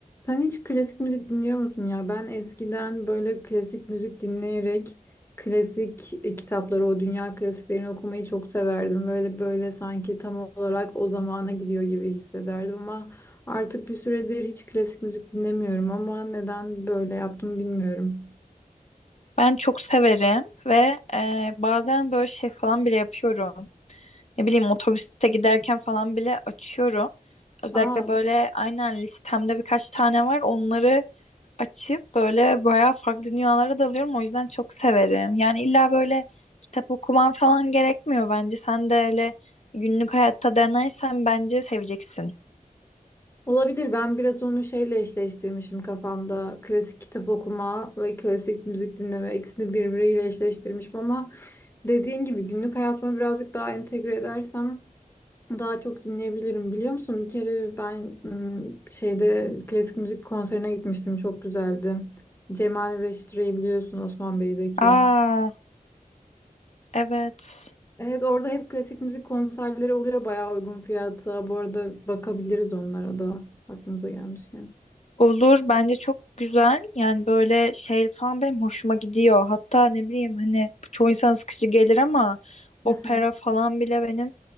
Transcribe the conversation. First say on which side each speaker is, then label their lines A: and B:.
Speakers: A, on the left; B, on the left.
A: Sen hiç klasik müzik dinliyor musun ya? Ben eskiden böyle klasik müzik dinleyerek klasik e, kitapları, o dünya klasiklerini okumayı çok severdim. Böyle böyle sanki tam olarak o zamana gidiyor gibi hissederdim ama artık bir süredir hiç klasik müzik dinlemiyorum ama neden böyle yaptım bilmiyorum.
B: Ben çok severim ve e, bazen böyle şey falan bile yapıyorum. Ne bileyim otobüste giderken falan bile açıyorum. Özellikle
A: Aa,
B: böyle aynen listemde birkaç tane var. Onları açıp böyle bayağı farklı dünyalara dalıyorum. O yüzden çok severim. Yani illa böyle kitap okuman falan gerekmiyor bence. Sen de öyle günlük hayatta denersen bence seveceksin.
A: olabilir. Ben biraz onu şeyle eşleştirmişim kafamda. Klasik kitap okuma ve klasik müzik dinleme ikisini birbiriyle eşleştirmişim ama Dediğin gibi günlük hayatıma birazcık daha entegre edersem daha çok dinleyebilirim. Biliyor musun? Bir kere ben ım, şeyde klasik müzik konserine gitmiştim. Çok güzeldi. Cemal Reşitre'yi biliyorsun Osman Bey'deki.
B: Aa, evet.
A: Evet orada hep klasik müzik konserleri oluyor bayağı uygun fiyata. Bu arada bakabiliriz onlara da aklımıza gelmişken.
B: Olur bence çok güzel yani böyle şey falan benim hoşuma gidiyor hatta ne bileyim hani çoğu insan sıkıcı gelir ama opera
A: Aha.
B: falan bile benim